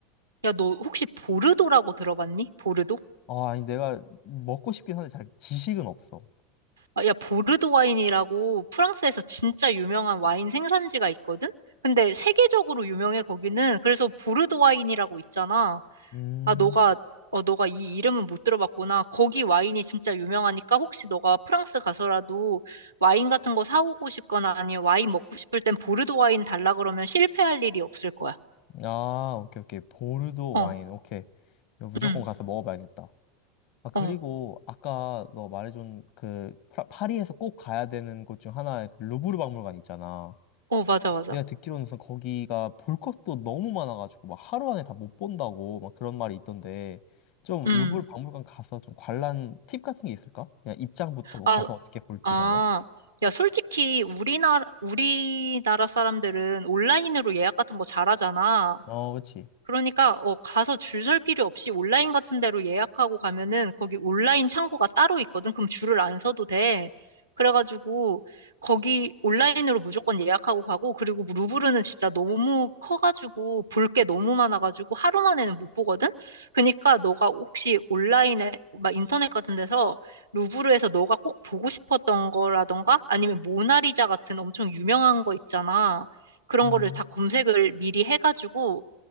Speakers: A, on the right; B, on the left.
A: 야, 너 혹시 보르도라고 들어봤니? 보르도?
B: 아, 아니 내가 먹고 싶긴 한데 잘 지식은 없어.
A: 아, 야, 보르도 와인이라고 프랑스에서 진짜 유명한 와인 생산지가 있거든? 근데 세계적으로 유명해, 거기는. 그래서 보르도 와인이라고 있잖아.
B: 음.
A: 아, 너가, 어, 너가 이 이름은 못 들어봤구나. 거기 와인이 진짜 유명하니까 혹시 너가 프랑스 가서라도 와인 같은 거 사오고 싶거나 아니면 와인 먹고 싶을 땐 보르도 와인 달라 그러면 실패할 일이 없을 거야.
B: 아, 오케이 오케이. 보르도
A: 어,
B: 와인. 오케이. 이거 무조건
A: 응,
B: 가서 먹어봐야겠다. 아, 그리고
A: 어,
B: 아까 너 말해준 그 프라- 파리에서 꼭 가야 되는 곳 중 하나의 그 루브르 박물관 있잖아.
A: 어, 맞아, 맞아.
B: 내가 듣기로는 우선 거기가 볼 것도 너무 많아가지고 막 하루 안에 다 못 본다고 막 그런 말이 있던데 좀
A: 음.
B: 루브르 박물관 가서 좀 관람 팁 같은 게 있을까? 그냥 입장부터 뭐
A: 아,
B: 가서 어떻게 볼지
A: 아,
B: 이런 거?
A: 야, 솔직히 우리나라, 우리나라 사람들은 온라인으로 예약 같은 거 잘하잖아.
B: 어, 그치.
A: 그러니까 어, 가서 줄 설 필요 없이 온라인 같은 데로 예약하고 가면은 거기 온라인 창구가 따로 있거든. 그럼 줄을 안 서도 돼. 그래가지고 거기 온라인으로 무조건 예약하고 가고 그리고 루브르는 진짜 너무 커가지고 볼 게 너무 많아가지고 하루 만에는 못 보거든. 그러니까 너가 혹시 온라인에 막 인터넷 같은 데서 루브르에서 너가 꼭 보고 싶었던 거라던가 아니면 모나리자 같은 엄청 유명한 거 있잖아. 그런
B: 음.
A: 거를 다 검색을 미리 해가지고